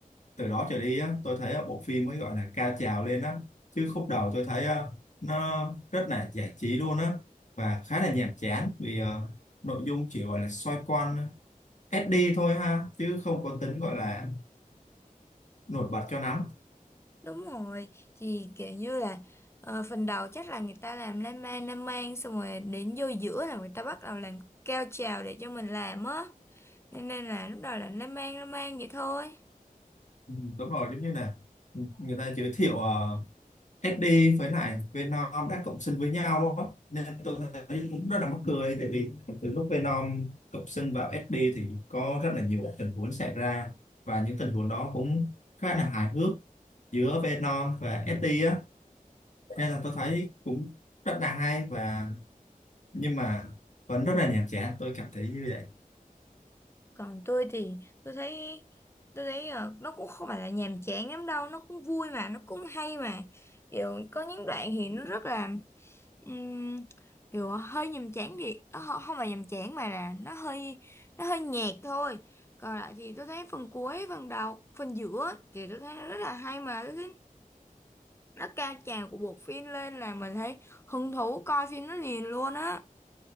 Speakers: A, on the left; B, on the left.
A: từ đó trở đi á tôi thấy ờ, bộ phim mới gọi là cao trào lên á chứ khúc đầu tôi thấy ờ, nó rất là giải trí luôn á và khá là nhàm chán vì ờ, nội dung chỉ gọi là xoay quanh SD thôi ha chứ không có tính gọi là nổi bật cho lắm
B: đúng rồi thì kiểu như là ờ, phần đầu chắc là người ta làm lan man lan man xong rồi đến vô giữa là người ta bắt đầu làm cao trào để cho mình làm á Thế nên là lúc đầu là nó mang nó mang vậy thôi
A: Ừ, đúng rồi giống như là người ta giới thiệu ờ, SD với lại Venom đã cộng sinh với nhau á. nên tôi thấy cũng rất là mắc cười tại vì từ lúc Venom cộng sinh vào SD thì có rất là nhiều tình huống xảy ra và những tình huống đó cũng khá là hài hước giữa Venom và SD á nên là tôi thấy cũng rất là hay và nhưng mà vẫn rất là nhàm chán tôi cảm thấy như vậy
B: còn tôi thì tôi thấy tôi thấy ờ, nó cũng không phải là nhàm chán lắm đâu nó cũng vui mà nó cũng hay mà kiểu có những đoạn thì nó rất là ừm, kiểu hơi nhàm chán thì ờ, không không phải nhàm chán mà là nó hơi nó hơi nhạt thôi còn lại thì tôi thấy phần cuối phần đầu phần giữa thì tôi thấy nó rất là hay mà tôi thấy nó cao trào của bộ phim lên là mình thấy hứng thú coi phim nó liền luôn á